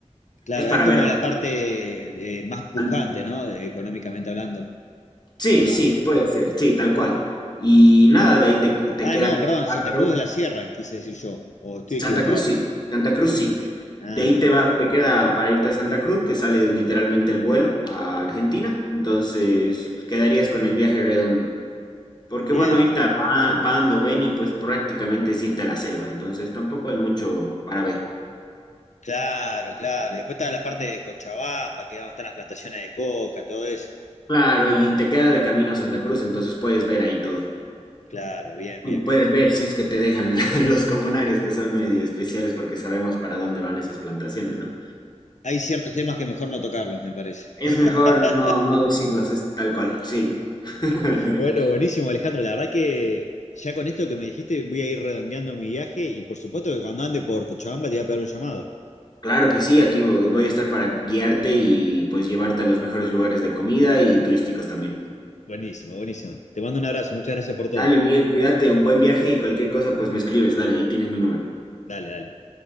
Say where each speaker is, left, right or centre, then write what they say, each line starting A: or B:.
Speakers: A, on the left; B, on the left.
A: claro,
B: Es para
A: es como
B: verlo.
A: la parte eh, más pujante,
B: An-
A: ¿no? Económicamente hablando.
B: Sí,
A: ¿O no?
B: sí, puede ser, sí, tal cual. Y nada, de ahí te, te
A: Ah,
B: queda
A: no, perdón,
B: bárbaro.
A: Santa Cruz de la Sierra, quise decir yo. O estoy
B: Santa
A: equivocado.
B: Cruz, sí, Santa Cruz, sí.
A: Ah, ah,
B: De ahí te va, te queda para irte a Santa Cruz, que sale literalmente el vuelo a Argentina. Entonces, quedarías con el viaje redondo. Porque
A: bien.
B: bueno, irte a Pa- Pando, Beni, pues prácticamente es irte a la selva, entonces tampoco hay mucho para ver.
A: Claro, claro. Y después está la parte de Cochabamba, que es donde están las plantaciones de coca, todo eso.
B: Claro, y te queda de camino a Santa Cruz, entonces puedes ver ahí todo.
A: Claro, bien,
B: Bueno,
A: bien, bien.
B: puedes ver si es que te dejan <laughs> los comunarios que son medio especiales porque sabemos para dónde van esas plantaciones, ¿no?
A: Hay ciertos temas que mejor no tocarlos, me parece.
B: Es
A: <laughs>
B: mejor no, no decirlos, es tal cual, sí. <laughs>
A: Bueno, buenísimo, Alejandro. La verdad que ya con esto que me dijiste voy a ir redondeando mi viaje y por supuesto que cuando ande por Cochabamba te voy a pegar un llamado.
B: Claro que sí, aquí vo- voy a estar para guiarte y pues llevarte a los mejores lugares de comida y turísticos también.
A: Buenísimo, buenísimo. Te mando un abrazo, muchas gracias por todo.
B: Dale, Miguel, cuídate, un buen viaje y cualquier cosa, pues me escribes, dale, ahí tienes mi número.
A: Dale, dale.